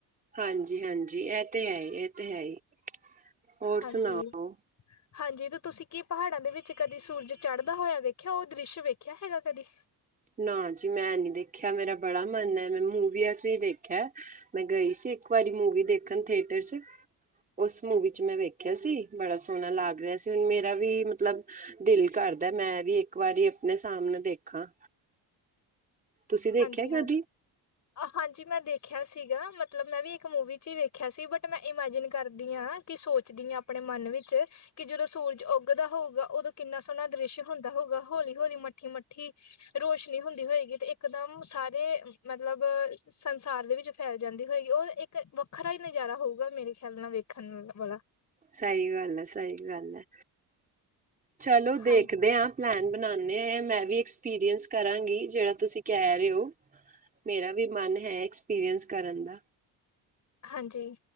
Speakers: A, on the right; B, on the left.
A: ਹਾਂਜੀ-ਹਾਂਜੀ ਇਹ ਤੇ ਹੈ ਹੀ, ਤੇ ਹੈ ਹੀ ਹੋਰ
B: ਹਾਂਜੀ,
A: ਸੁਣਾਓ?
B: ਹਾਂਜੀ, ਤੇ ਤੁਸੀਂ ਕੀ ਪਹਾੜਾਂ ਦੇ ਵਿੱਚ ਕਦੀ ਸੂਰਜ ਚੜ੍ਹਦਾ ਹੋਇਆ ਵੇਖਿਆ, ਉਹ ਦ੍ਰਿਸ਼ ਵੇਖਿਆ ਹੈਗਾ ਕਦੀ।
A: ਨਾ ਜੀ ਮੈਂ ਨੀ ਦੇਖਿਆ, ਮੇਰਾ ਬੜਾ ਮਨ ਹੈ ਮੈਂ ਮੂਵੀਆਂ ਚ ਹੀ ਦੇਖਿਆ। ਮੈਂ ਗਈ ਸੀ ਇੱਕ ਵਾਰੀ ਮੂਵੀ ਦੇਖਣ ਥੀਏਟਰ ਚੱ, ਉਸ ਮੂਵੀ ਚ ਮੈਂ ਵੇਖਿਆ ਸੀ, ਬੜਾ ਸੋਹਣਾ ਲੱਗ ਰਿਹਾ ਸੀ, ਹੁਣ ਮੇਰਾ ਵੀ ਮੱਤਲਬ, ਦਿਲ ਕਰਦਾ ਮੈਂ ਵੀ ਇੱਕ ਵਾਰੀ ਆਪਣੇ ਸਾਹਮਣੇ ਦੇਖਾਂ। ਤੁਸੀਂ ਦੇਖਿਆ
B: ਹਾਂਜੀ ਹਾਂ
A: ਕਦੀ।
B: ਹਾਂਜੀ ਮੈਂ ਦੇਖਿਆ ਸੀਗਾ, ਮੱਤਲਬ ਮੈਂ ਵੀ ਇੱਕ ਮੂਵੀ ਚ ਹੀ ਵੇਖਿਆ। ਰਖਿਆ ਸੀ, ਬਟ ਮੈਂ ਇਮੈਜਿਨ ਕਰਦੀ ਹਾਂ, ਕਿ ਸੋਚਦੀ ਹਾਂ ਆਪਣੇ ਮਨ ਵਿੱਚ ਕਿ ਜਦੋਂ ਸੂਰਜ ਉੱਗਦਾ ਹੋਊਗਾ, ਉਦੋਂ ਕਿੰਨਾ ਸੋਹਣਾ ਦ੍ਰਿਸ਼ ਹੁੰਦਾ ਹੋਊਗਾ, ਹੌਲੀ ਹੌਲੀ ਮੱਠੀ ਮੱਠੀ ਰੋਸ਼ਨੀ ਹੁੰਦੀ ਹੋਏਗੀ ਤੇ ਇੱਕ ਇਕਦਮ ਸਾਰੇ ਮੱਤਲਬ ਸੰਸਾਰ ਦੇ ਵਿੱਚ ਫੈਲ ਜਾਂਦੀ ਹੋਏਗੀ, ਉਹ ਇੱਕ ਵ ਵੱਖਰਾ ਹੀ ਨਜ਼ਾਰਾ ਹੋਊਗਾ, ਮੇਰੇ ਖਿਆਲ ਨਾਲ ਵੇਖਣ ਵਾਲਾ
A: ਸਹੀ ਗੱਲ ਹੈ, ਸਹੀ ਗੱਲ ਹੈ ਚਲੋ
B: ਹਾਂਜੀ
A: ਦੇਖਦੇ ਹਾਂ। ਪਲੈਨ ਬਣਾਉਂਦੇ, ਆ ਮੈਂ ਵੀ ਐਕਸਪੀਰੀਅੰਸ ਕਰਾਂਗੀ, ਜਿਹੜਾ ਤੁਸੀਂ ਕਹਿ ਰਹੇ ਹੋ ਮੇਰਾ ਵੀ ਮਨ ਹੈ, ਐਕਸਪੀਰੀਅੰਸ ਕਰਨ ਦਾ।
B: ਹਾਂਜੀ